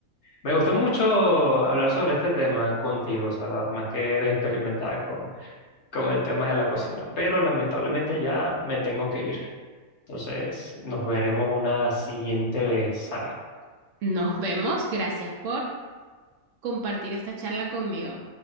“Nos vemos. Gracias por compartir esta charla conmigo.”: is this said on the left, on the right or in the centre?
Right